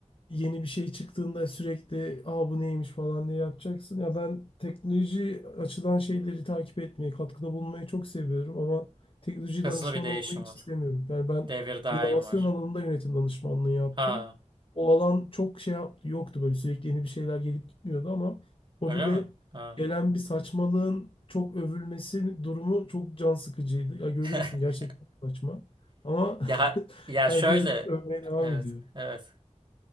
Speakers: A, on the left; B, on the right.
A: yeni bir şey çıktığında sürekli aa bu neymiş falan diye yapacaksın. Ya ben teknoloji açıdan şeyleri takip etmeyi, katkıda bulunmayı çok seviyorum ama teknoloji
B: Hızlı
A: danışmanı
B: bir değişim
A: olmayı hiç
B: var.
A: istemiyorum. Yani ben
B: Devir daim
A: inovasyon
B: var.
A: alanında yönetim danışmanlığı yaptım.
B: Ha
A: O alan çok şey yaptı, yoktu böyle sürekli yeni bir şeyler gelip gitmiyordu ama o
B: Öyle
A: bile
B: mi? Ha.
A: gelen bir saçmalığın çok övülmesi durumu çok can sıkıcıydı. Ya görüyorsun
B: <laughs>
A: gerçekten saçma. Ama
B: Ya
A: <laughs>
B: ya
A: herkes
B: şöyle.
A: övmeye devam
B: Evet,
A: ediyor.
B: evet.